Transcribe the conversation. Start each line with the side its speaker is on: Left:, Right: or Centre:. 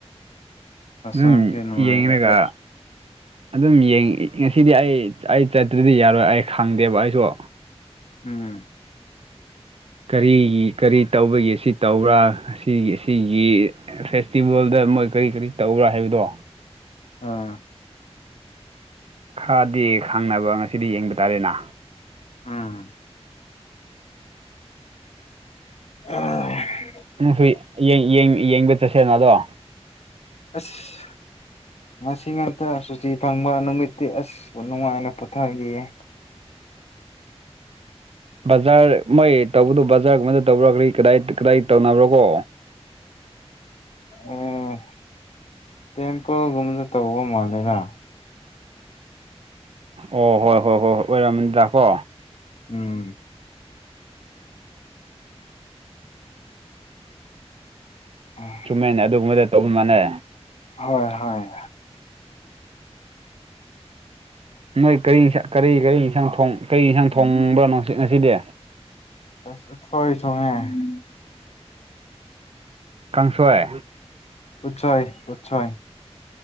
Left: ꯍꯛꯆꯥꯡꯁꯦ
Right: ꯑꯗꯨꯝ
Left: ꯅꯨꯡꯉꯥꯏꯔꯗ꯭ꯔꯦ
Right: ꯌꯦꯡꯒ ꯑꯗꯨꯝ ꯌꯦꯡ ꯉꯁꯤꯗꯤ ꯑꯩ ꯑꯩ ꯆꯠꯇ꯭ꯔꯗꯤ ꯌꯥꯔꯣꯏ ꯑꯩ ꯈꯪꯗꯦꯕ ꯑꯩꯁꯨ
Left: ꯎꯝ
Right: ꯀꯔꯤꯒꯤ ꯀꯔꯤ ꯇꯧꯕꯒꯤ ꯑꯁꯤ ꯇꯧꯕ꯭ꯔꯥ ꯑꯁꯤꯒꯤ ꯑꯁꯤꯒꯤ ꯐꯦꯁꯇꯤꯚꯦꯜꯗ ꯃꯣꯏ ꯀꯔꯤ ꯀꯔꯤ ꯇꯧꯕ꯭ꯔꯥ ꯍꯥꯏꯕꯗꯣ
Left: ꯑꯥ
Right: ꯈꯔꯗꯤ ꯈꯪꯅꯕ ꯉꯁꯤꯗꯤ ꯌꯦꯡꯕ ꯇꯥꯔꯦꯅꯦ
Left: ꯎꯝ <unintelligible>
Right: ꯅꯪꯁꯨ ꯌꯦꯡꯕ ꯆꯠꯁꯦꯅ ꯑꯗꯣ
Left: ꯑꯁ ꯉꯁꯤ ꯉꯥꯛꯇ ꯁꯨꯇꯤ ꯐꯪꯕ ꯅꯨꯃꯤꯠꯇꯤ ꯑꯁ ꯅꯨꯡꯉꯥꯏꯅ ꯄꯨꯊꯈꯤꯌꯦ
Right: ꯕꯖꯥꯔ ꯃꯣꯏ ꯇꯧꯕꯗꯣ ꯕꯖꯥꯔꯒꯨꯝꯃꯥꯏꯗ ꯇꯧꯕ꯭ꯔꯥꯒꯔꯤ ꯀꯗꯥꯏ ꯀꯗꯥꯏ ꯇꯧꯅꯕ꯭ꯔꯣ ꯀꯣ
Left: ꯑꯦ ꯇꯦꯝꯄꯜꯒꯨꯝꯕꯗ ꯇꯧꯕ ꯃꯥꯜꯂꯦꯗ
Right: ꯑꯣ ꯍꯣꯏ ꯍꯣꯏ ꯍꯣꯏ ꯍꯣꯏ ꯑꯣꯏꯔꯝꯃꯅꯤꯗꯀꯣ
Left: ꯎꯝ <unintelligible>
Right: ꯆꯨꯝꯃꯦꯟ ꯑꯗꯨꯒꯨꯝꯕꯗ ꯇꯧꯕ ꯃꯥꯟꯅꯦ
Left: ꯍꯣꯏ ꯍꯣꯏ
Right: ꯅꯣꯏ ꯀꯔꯤ ꯀꯔꯤ ꯀꯔꯤ ꯏꯟꯁꯥꯡ ꯀꯔꯤ ꯏꯟꯁꯥꯡ ꯊꯣꯡꯕꯅꫭ ꯉꯁꯤꯗꯤ
Left: <unintelligible>
Right: ꯀꯥꯡꯁꯣꯏ
Left: ꯎꯠꯁꫭꯏ ꯎꯠꯁꫭꯏ